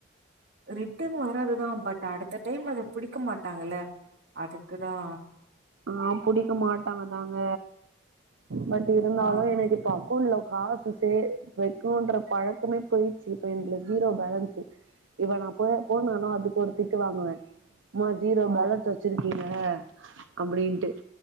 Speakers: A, on the right; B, on the right.
A: ரிட்டன் வராதுதான் பட் அடுத்த டைம்ல அத புடிக்க மாட்டாங்கல்ல அதுக்குதா
B: ஆஹ் புடிக்க மாட்டாங்கதாங்க பட் இருந்தாலு
A: ஆ
B: எனக்கு இப்ப அக்கவுண்ல காசு சே வைக்கணும்ன்ற பழக்கமே போயிடுச்சு இப்ப இந்தல ஜீரோ பேலன்ஸு இவ நா போய போனாலு அது திட்டு வாங்குவே ம ஜீரோ
A: ஓ
B: பேலன்ஸ் வச்சிருக்க நீங்க அப்டின்ட்டு